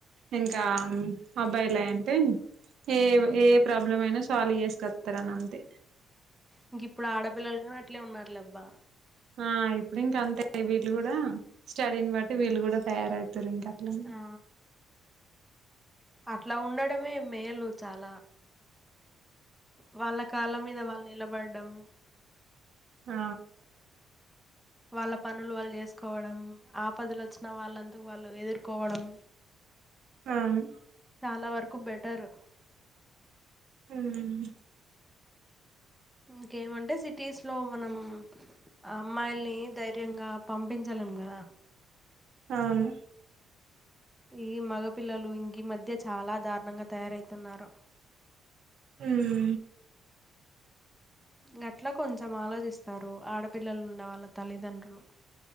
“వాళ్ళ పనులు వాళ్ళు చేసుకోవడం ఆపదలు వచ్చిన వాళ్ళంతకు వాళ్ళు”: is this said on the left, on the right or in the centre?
Centre